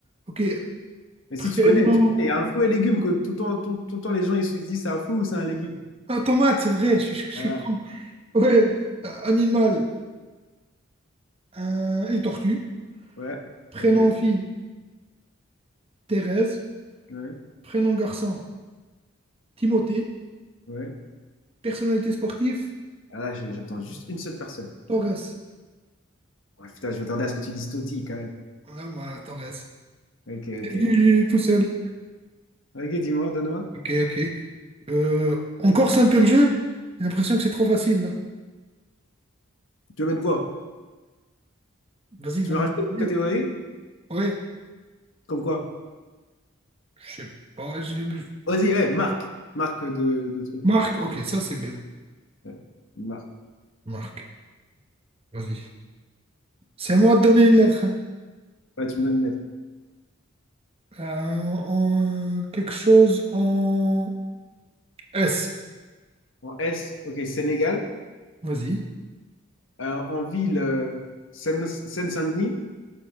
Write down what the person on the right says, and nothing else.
Ok.
Prénom.
Ah, tomate, c'est vrai, je, suis je suis
con. Ouais. Euh, animal, un- une tortue.
Prénom
fille, Thérèse.
Prénom garçon, Timothée.
Personnalité sportive,
Torres.
Ouais, moi, Torres.
C'est
venu tout seul.
Ok, ok. Euh, on corse un peu le jeu? J'ai l'impression que c'est trop facile, là.
Vas-y,
donne-moi
une
idée. Ouais,
je sais pas. j'ai- je-
Marc, ok, ça c'est bien.
Marc, vas-y. C'est à moi de donner une lettre. hein.
Euh, en- Quelque chose en S.
Vas-y.